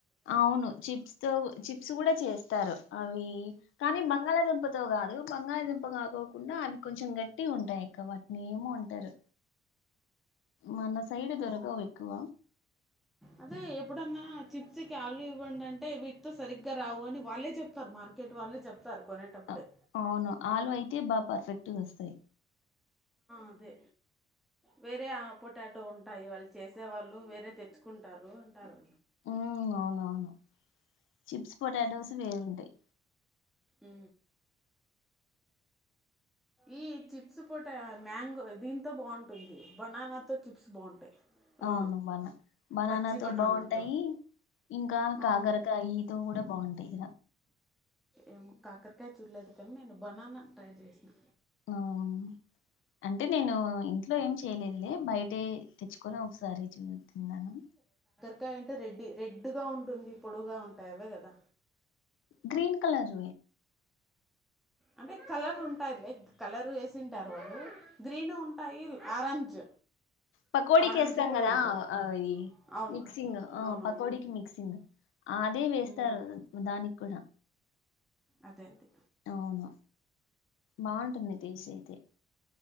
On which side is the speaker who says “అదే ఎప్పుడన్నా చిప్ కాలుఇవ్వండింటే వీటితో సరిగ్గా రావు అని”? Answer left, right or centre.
Centre